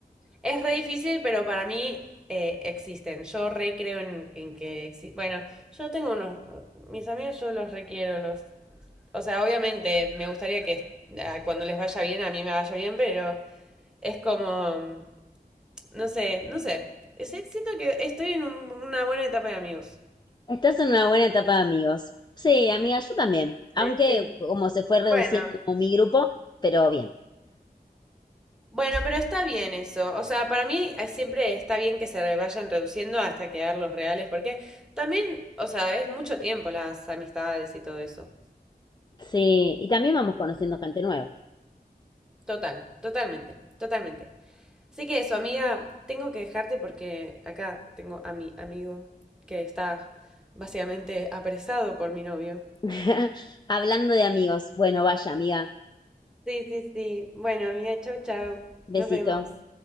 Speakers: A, in the centre; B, on the left.
A: Es re difícil, pero para mí eh, existen. Yo re creo en, en que existen. Bueno, yo tengo unos. Mis amigos, yo los requiero. Los... O sea, obviamente me gustaría que ah, cuando les vaya bien, a mí me vaya bien, pero es como. mm, No sé, no sé. Es- Siento que estoy en un- una buena etapa de amigos.
B: Estás en una buena etapa de amigos. Sí, amiga, yo también. Aunque
A: Sí, sí.
B: como se fue reduciendo
A: Bueno.
B: como mi grupo, pero bien.
A: Bueno, pero está bien eso. O sea, para mí eh, siempre está bien que se vayan reduciendo hasta quedar los reales, porque también, o sea, es mucho tiempo las amistades y todo eso.
B: Sí, y también vamos conociendo gente nueva.
A: Total, totalmente, totalmente. Así que eso, amiga, tengo que dejarte porque acá tengo a mi amigo que está básicamente apresado por mi novio.
B: <laughs> Hablando de amigos. Bueno, vaya, amiga.
A: Sí, sí, sí. Bueno, amiga, chau, chau. Nos
B: Besito.
A: vemos.